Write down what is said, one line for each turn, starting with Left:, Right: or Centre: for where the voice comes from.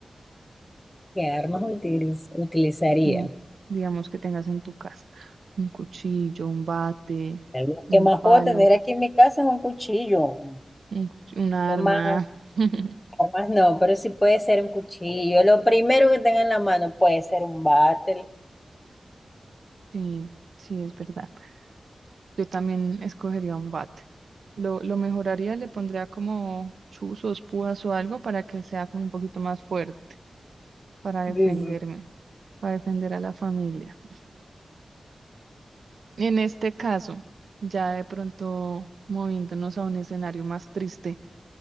Left: ¿Qué armas utiliz- utilizaría?
Right: Eh, digamos que tengas en tu casa un cuchillo, un bate,
Left: Lo
Right: un
Left: que más
Right: palo,
Left: puedo tener aquí en mi casa es un cuchillo.
Right: un, cuch- un arma.
Left: Lo más,
Right: <laughs>
Left: armas no, pero sí puede ser un cuchillo. Lo primero que tenga en la mano puede ser un bate.
Right: Sí, sí, es verdad. Yo también escogería un bate. Lo, lo mejoraría, le pondría como chuzos, púas o algo para que sea como un poquito más fuerte para
Left: Sí,
Right: defenderme,
Left: sí.
Right: para defender a la familia. En este caso, ya de pronto moviéndonos a un escenario más triste.